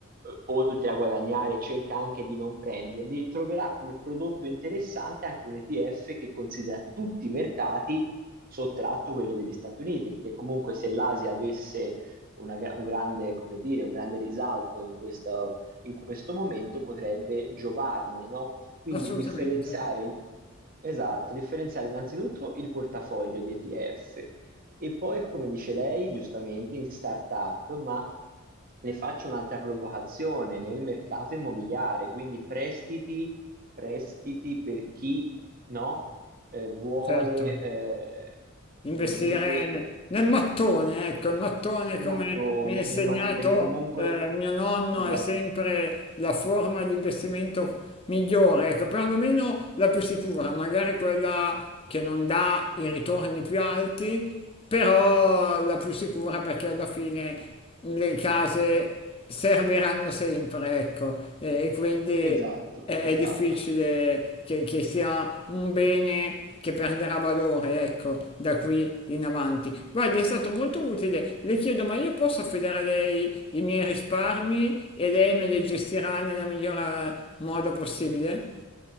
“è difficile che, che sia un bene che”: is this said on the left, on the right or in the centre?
Left